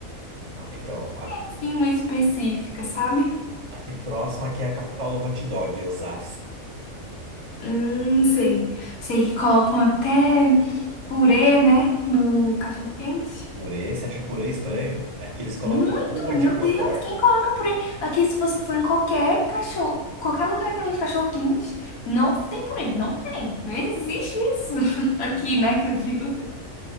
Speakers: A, on the right (about 30°); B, on the left (about 75°).
A: ah, então.
B: Sim, uma específica, sabe?
A: Aqui próximo aqui é a capital do hot dog, Osasco.
B: Hum, sei. Sei que colocam até purê, né? No cachorro-quente.
A: Purê, você acha purê estranho? É que eles colocam
B: Muito,
A: ovo de
B: meu
A: codorna.
B: Deus, quem coloca purê? Aqui, se você for em qualquer cachorro, qualquer lugar que vende cachorro quente, não tem purê, não tem, não existe isso <laughs> aqui,
A: Nossa.
B: né, que eu digo.